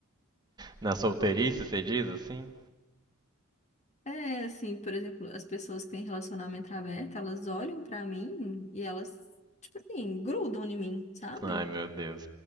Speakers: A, on the right (about 20°); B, on the left (about 30°).
A: Na solteirice, você diz assim?
B: É, assim, por exemplo, as pessoas que têm relacionamento aberto, elas olham pra mim e elas, tipo assim, grudam em mim, sabe?
A: Ai, meu Deus.